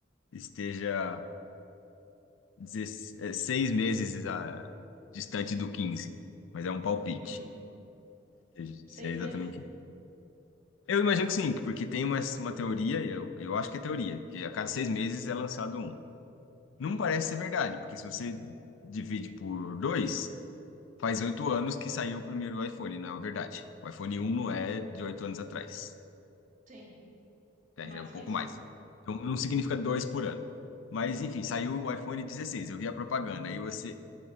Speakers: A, on the left; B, on the right.
A: esteja dezes- é, seis meses ah, distante do 15, mas é um palpite.
B: Uhum.
A: Seja- Se
B: Seis
A: é exatamente.
B: meses?
A: isso. Eu imagino que sim, porque tem uma, uma teoria, eu, eu acho que é teoria, que a cada seis meses é lançado um. Não
B: Hum,
A: parece ser verdade, porque se você divide por dois, faz oito anos que saiu o primeiro iPhone, não é verdade. O iPhone um não é de oito anos atrás,
B: sim,
A: né?
B: mais
A: É um pouco
B: que isso.
A: mais. Então não significa dois por ano. Mas enfim, saiu o iPhone dezesseis eu vi a propaganda, e você